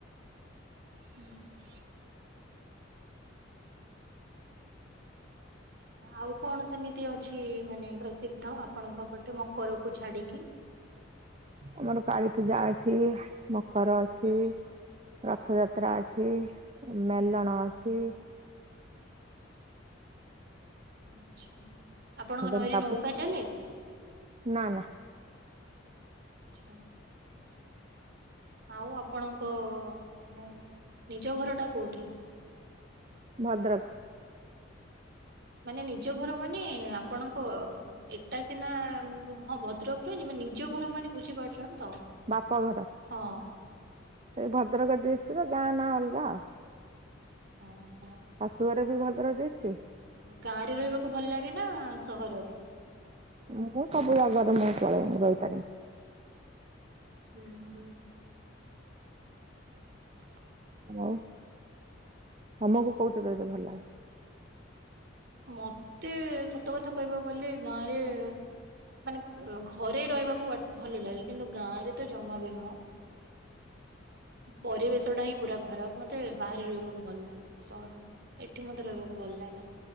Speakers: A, on the right; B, on the right.
A: ଉଁ ହୁଁ। ଆଉ କଣ ସେମିତି ଅଛି ମାନେ ପ୍ରସିଦ୍ଧ ଆପଣଙ୍କ ପଟେ ମକରକୁ ଛାଡ଼ିକି?
B: ଆମର କାଳୀ ପୂଜା ଅଛି ମକର ଅଛି। ରଥଯାତ୍ରା ଅଛି ମେଲଣ ଅଛି।
A: ଆଚ୍ଛା। ଆପଣଙ୍କ
B: <unintelligible>
A: ନଈରେ ନୌକା ଚାଲେ?
B: ନା ନା।
A: ଆଚ୍ଛା। ଆଉ ଆପଣଙ୍କ ମାନେ ନିଜ ଘର ଟା କୋଉଠି?
B: ଭଦ୍ରକ।
A: ମାନେ ନିଜ ଘର ମାନେ ଆପଣଙ୍କ ଏଟା ସିନା ହଁ ଭଦ୍ରକ <unintelligible> ନିଜ ଘର ମାନେ ବୁଝିପାରୁଛଛନ୍ତି ତ।
B: ବାପଘର।
A: ହଁ।
B: ସେଇ ଭଦ୍ରକ ଡିଷ୍ଟିର ଗାଁ ନାଁ ଅଲଗା।
A: ହଁ ହଁ।
B: ଶାଶୁ ଘରେ ବି ଭଲ ର ଦିଷ୍ଟି
A: ଗାଁରେ ରହିବାକୁ ଭଲ ଲାଗେ ନା ସହରରେ
B: ମୁଁ ସବୁ ଜାଗାରେ ମୁଁ ଚେଇ ରହିପାରିମି
A: ହୁଁ ହୁଁ ହଁ
B: ହଉ ତମକୁ କୋଉଠି ରହିବେ ଭଲ ଲାଗେ
A: ମତେ ସତ କଥା କହିବାକୁ ଗଲେ ଗାଁରେ ମାନେ ଘରେ ରହିବାକୁ ଭଲ ଲାଗେ କିନ୍ତୁ ଗାଁ ରେ ତ ଜମା ବି ନୁହଁ ପରିବେଶ ଟା ହିଁ ପୁରା ଖରାପ ମତେ ବାହାରେ ରହିବାକୁ ଭଲ ଲାଗେ ସହରରେ ଏଠି ମତେ ରହିବାକୁ ଭଲ ଲାଗେନି